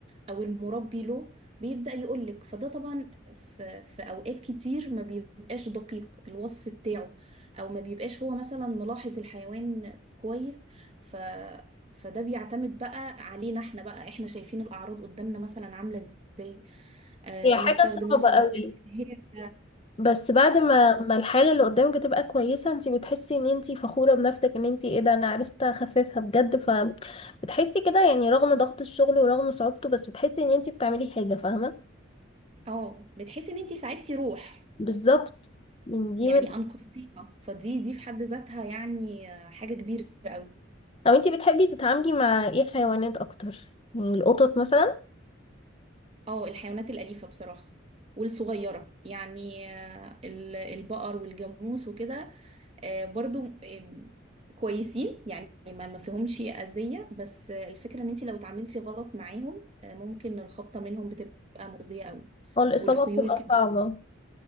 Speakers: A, on the right; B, on the left.
A: او المربي له بيبدأ يقولك فده طبعا في, في اوقات كتير ما بيبقاش دقيق الوصف بتاعه او ما بيبقاش هو مثلا ملاحظ الحيوان كويس ف فده بيعتمد بقى علينا احنا بقى احنا شايفين الاعراض قدامنا مثلا عاملة ازاي آه
B: هي
A: بنستخدم
B: حاجة صعبة
A: مثلا
B: قوي
A: هي
B: بس بعد ما ما الحالة اللي قدامك تبقى كويسة انتي بتحسي ان انتي فخورة بنفسك ان انتي ايه ده انا عرفت اخففها بجد فبتحسي كده يعني رغم ضغط الشغل ورغم صعوبته بس بتحسي ان انتي بتعملي حاجة فاهمة
A: اه بتحسي ان انتي ساعدتي روح
B: بالظبط يعني دي
A: يعني
B: من
A: أنقذتينا فدي دي في حد ذاتها يعني آه، حاجة كبيرة قوي
B: لو انتي بتحبي تتعاملي مع ايه حيوانات اكتر يعني القطط مثلا
A: اه الحيوانات الأليفة بصراحة والصغيرة يعني آه، ال- البقر والجاموس وكده آه، برضو آه، كويسين يعني ما ما فيهمش أذية بس آه، الفكرة ان انت لو اتعاملتي غلط معاهم آه، ممكن الخبطة منهم بتبقى مؤذية قوي
B: هو الاصابه
A: والخيول
B: بتبقى
A: كمان
B: صعبه